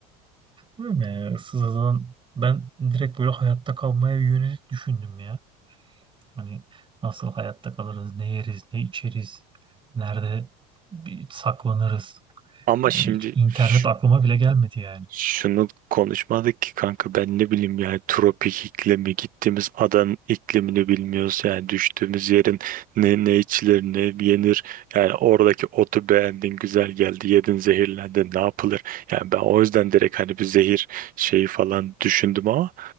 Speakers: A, on the right; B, on the right.
A: Değil mi? Issız adadan ben direkt böyle hayatta kalmaya yönelik düşündüm ya. Hani nasıl hayatta kalırız, ne yeriz, ne içeriz, nerede bir saklanırız.
B: Ama
A: Yani
B: şimdi
A: hiç internet
B: şu-
A: aklıma bile gelmedi yani.
B: şunu konuşmadık ki kanka ben ne bileyim yani tropik iklimi gittiğimiz adanın iklimini bilmiyoruz yani düştüğümüz yerin ne ne içilir ne yenir yani oradaki otu beğendin güzel geldi yedin zehirlendin ne yapılır yani ben o yüzden direkt hani bir zehir şeyi falan düşündüm ama